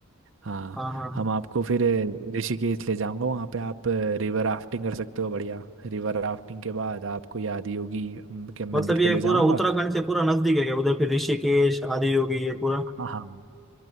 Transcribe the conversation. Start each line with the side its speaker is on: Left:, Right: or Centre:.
Right: हाँ
Centre: हाँ हाँ हाँ
Right: हम आपको फिर अ, ऋषिकेश ले जाऊंगा वहाँ पे आप रिवर राफ्टिंग कर सकते हो बढ़िया रिवर राफ्टिंग के बाद आपको ये आदि योगी अम, के मंदिर
Centre: मतलब ये
Right: पे ले
Centre: पूरा
Right: जाऊंगा
Centre: उत्तराखंड से पूरा नजदीक है क्या उधर फिर ऋषिकेश आदि योगी ये पूरा
Right: हाँ हाँ